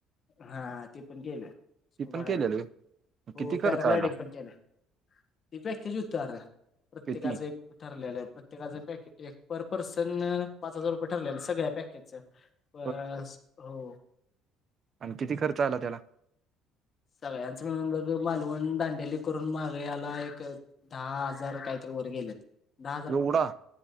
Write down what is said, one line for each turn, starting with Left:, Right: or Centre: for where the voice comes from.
Left: हा ते पण केलं
Right: ती
Left: कुबा ड्रायविंग
Right: केलेलं होय
Left: पण हो
Right: किती खर्च
Left: पॅराग्लायडिंग
Right: आला
Left: पण केलं... ती व्याख्याची उत्तर आहे प्रत्येकाचं
Right: किती
Left: एक... ठरलेलं प्रत्येकाचं पॅकेज एक पर पर्सन पाच हजार रुपये ठरलेलं सगळ्या पॅकेजचं...
Right: <unintelligible>
Left: बस हो...
Right: आणि किती खर्च आला त्याला...
Left: सगळ्यांचं म्हणून बघ मालवून दांडेली करून मागे याला एक... दहा हजार काहीतरी वर गेलेत... दहा हजार
Right: एवढा
Left: पकड